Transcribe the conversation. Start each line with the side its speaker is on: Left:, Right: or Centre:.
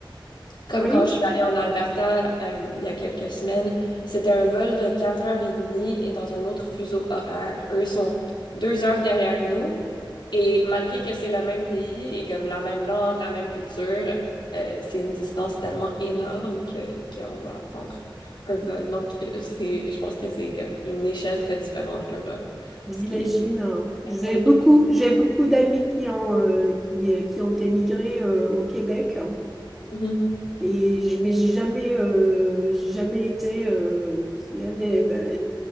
Left: Comme
Centre: Oui,
Left: quand je suis allée en Alberta euh, il y a quelques semaines, c'était un vol de 4h30 et dans un autre fuseau horaire. Eux sont deux heures derrière nous et malgré que c'est le même pays et comme la même langue, la même culture, euh, c'est une distance tellement énorme que qu'on doit apprendre un vol. Donc euh, c'est, je pense que c'est comme une échelle très différente de l'Europe,
Centre: j'imagine.
Left: ce qui
Centre: J'ai
Left: est pour les
Centre: beaucoup,
Left: touristes.
Centre: j'ai beaucoup d'amis qui ont, euh, qui, euh, qui ont émigré euh, au Québec.
Left: Mhm,
Centre: Et j'ai- mais j'ai jamais, euh, j'ai jamais été. euh, les, ben,